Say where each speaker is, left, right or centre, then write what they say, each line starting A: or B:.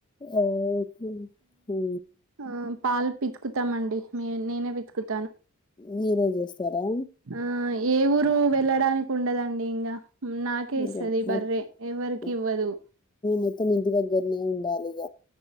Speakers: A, on the left; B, on the right.
A: అఓకే హూ
B: ఆ పాలు పితుకుతామండి మీ నేనే పితుకుతా
A: మీరే చేస్తారా
B: ఆ ఏ ఊరు వెళ్ళడానికి ఉండదండి ఇంగా నాకే
A: అదే
B: ఇస్తది బర్రె
A: ఇగ
B: ఎవరికి ఇవ్వదు
A: మొత్తం ఇంటి దగ్గరనే ఉండాలి ఇగ